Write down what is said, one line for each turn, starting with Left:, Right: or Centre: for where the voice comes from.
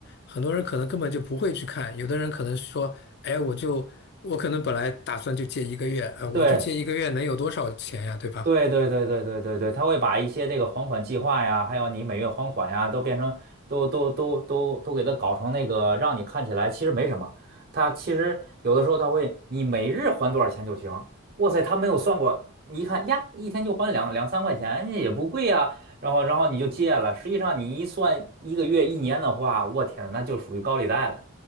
Left: 很多人可能根本就不会去看，有的人可能说，哎，我就我可能本来打算就借一个月，呃，我就借一个月能有多少钱呀，
Right: 对。
Left: 对吧？
Right: 对对对对对对对，他会把一些这个还款计划呀，还有你每月还款呀，都变成都都都都都给它搞成那个，让你看起来其实没什么。他其实有的时候他会，你每日还多少钱就行。哇塞，他没有算过，你一看呀，一天就还两两三块钱，也不贵呀。然后然后你就借了，实际上你一算一个月一年的话，我天，那就属于高利贷了。